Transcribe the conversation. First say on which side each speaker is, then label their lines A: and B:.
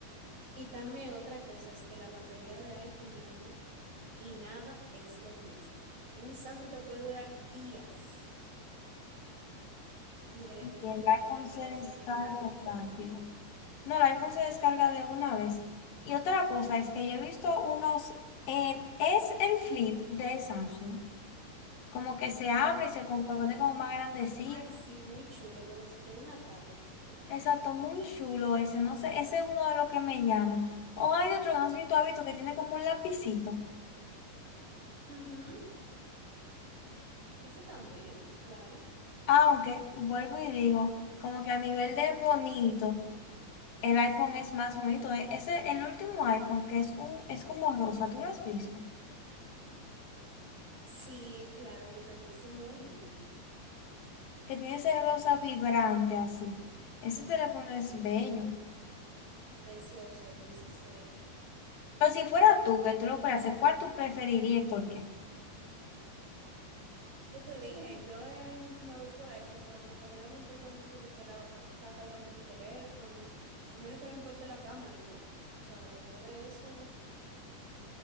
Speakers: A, on the right; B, on the left.
A: Y también otra cosa es que la batería de iPhone, mi amor, y nada es lo mismo. Un Samsung te puede durar días y el iPhone
B: Y
A: tú
B: el
A: tienes
B: iPhone
A: que cargarlo
B: se descarga
A: setenta mil veces.
B: rápido. No, el iPhone se descarga de una vez. Y otra cosa es que yo he visto unos, eh, es el Flip de Samsung. Como que se abre y se compone como más grandecito.
A: Ay, sí, muy chulo, como si fuera una tablet se pone.
B: Exacto, muy chulo ese, no sé, ese es uno de los que me llama. O hay otro, no sé si tú has visto, que tiene como un lapicito.
A: Ujú, Ese también, claro.
B: Aunque, vuelvo y digo, como que a nivel de bonito, el iPhone es más bonito. E- Ese, el último iPhone, que es un, es como rosa, ¿tú lo has visto?
A: Sí, claro, yo lo he visto muy lindo,
B: Que tiene ese rosa vibrante así. Ese teléfono es bello.
A: precioso el 16.
B: Pero si fuera tú, que tú lo fueras, a hacer, ¿cuál tú preferirías y por qué?
A: Yo te dije, yo eh, me voy por iPhone, pero porque a mí no me importa mucho de que la va a estar cargando mi teléfono, a mí lo que me importa es la cámara y ya. O sea, después de eso,